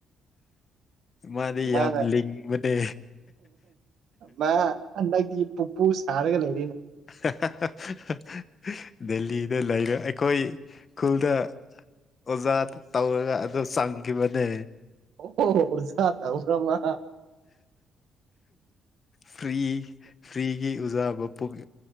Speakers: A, on the left; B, on the right.
A: ꯃꯥꯗꯤ
B: ꯃꯥꯅꯦ
A: ꯌꯥꯝ ꯂꯤꯡꯕꯅꯦ
B: ꯃꯥ ꯑ ꯄꯨꯄꯨ ꯁꯥꯒ ꯂꯩ
A: <unintelligible> ꯗꯦꯜꯂꯤꯗ ꯂꯩꯔꯦ ꯑꯩꯈꯣꯏ ꯈꯨꯜꯗ ꯑꯣꯖꯥ ꯇꯧꯔꯒ ꯑꯗꯨ ꯆꯪꯈꯤꯕꯅꯦ
B: ꯑꯣ ꯁꯥ ꯇ꯭ꯔꯃ
A: ꯐ꯭ꯔꯤ ꯐ꯭ꯔꯤꯒꯤ ꯑꯣꯖꯥ ꯃꯛ ꯄꯨ